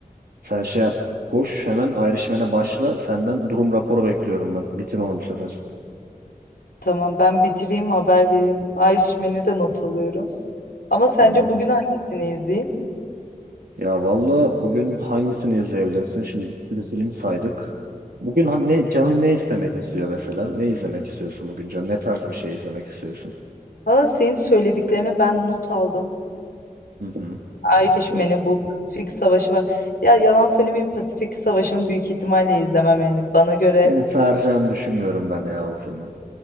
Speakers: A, on the right; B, on the left.
A: Sen şey yap. Koş hemen ayrışmene başla. Senden durum raporu bekliyorum ben. Bitir onu bu sefer.
B: Tamam ben bitireyim haber vereyim. Irishman'i de not alıyorum. Ama sence
A: Tamam.
B: bugün hangisini izleyeyim?
A: Ya valla bugün hangisini izleyebilirsin? Şimdi bir sürü film saydık. Bugün ha- ne canın ne istemek istiyor mesela? Ne izlemek istiyorsun bugün canın? Ne tarz bir şey izlemek istiyorsun?
B: Valla senin söylediklerini ben not aldım.
A: Hı hı.
B: Irishman'i
A: O,
B: bu Pasifik Savaşı var. Ya yalan söylemeyeyim Pasifik Savaşı'nı büyük ihtimalle izlemem yani. Bana göre
A: beni saracağını düşünmüyorum ben ya o filmin.